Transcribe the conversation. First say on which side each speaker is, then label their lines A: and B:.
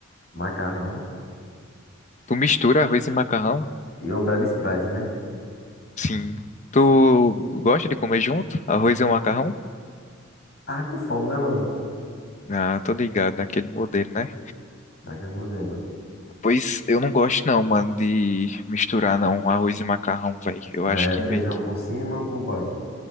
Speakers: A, on the left; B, on the left.
A: macarrão
B: Tu mistura arroz e macarrão?
A: e um belo Sprite, né?
B: Sim. Tu gosta de comer junto? Arroz e um macarrão?
A: Tava com fome, né, mano?
B: Ah, tô ligado, naquele modelo, né?
A: Daquele modelo.
B: Pois eu não gosto não, mano, de misturar não arroz e macarrão, velho. Eu acho
A: É,
B: que meio
A: feijão
B: que
A: por cima ou por baixo?